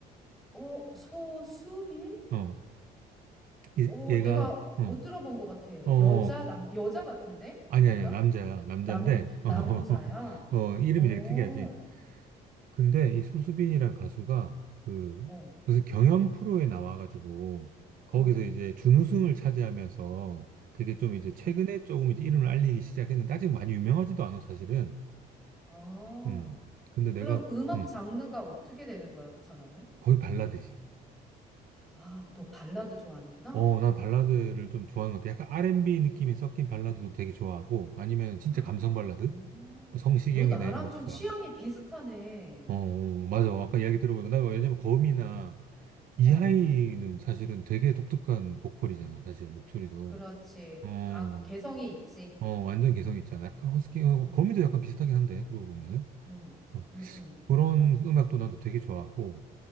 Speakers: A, in the centre; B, on the right (about 55°).
A: 어, 소수빈?
B: 어, 이-
A: 어,
B: 얘가
A: 내가
B: 어,
A: 못 들어본 것 같아.
B: 어,
A: 여자, 남, 여자 같은데?
B: 아니,
A: 약간?
B: 아니야. 남자야. 남잔데,
A: 남,
B: <laughs> 어,
A: 남자야?
B: 어, 이름이
A: 어, 어,
B: 되게 특이하지. 근데 이 소수빈이란 가수가 그,
A: 어,
B: 무슨 경연 프로에 나와가지고, 거기서
A: 어.
B: 이제 준우승을 차지하면서 되게 좀 이제 최근에
A: 음.
B: 조금 이제 이름을 알리기 시작했는데, 아직 많이 유명하지도 않아, 사실은.
A: 아,
B: 음. 근데
A: 그럼
B: 내가,
A: 음악
B: 음,
A: 장르가 어떻게 되는 거야, 그 사람은?
B: 거의 발라드지.
A: 아, 너 발라드 좋아하는구나.
B: 어, 난 발라드를 좀 좋아하는 것 같아. 약간 R&B 느낌이 섞인 발라드도 되게 좋아하고, 아니면 진짜
A: 아,
B: 감성 발라드?
A: 어,
B: 뭐 성시경이나
A: 너 나랑
B: 이런 것도
A: 좀
B: 좋아하고.
A: 취향이 비슷하네.
B: 어, 어, 맞아. 아까 이야기 들어보니까 나 왜냐면 거미나 이하이는
A: 어,
B: 사실은 되게 독특한 보컬이잖아. 사실 목소리도.
A: 그렇지.
B: 어,
A: 강, 개성이 있지.
B: 어, 완전 개성 있잖아. 약간 허스키, 어,
A: 응,
B: 거미도 약간 비슷하긴 한데, 그러고 보면은.
A: 응,
B: 어,
A: 응, 응.
B: 그런
A: 맞아.
B: 음악도 나도 되게 좋아하고,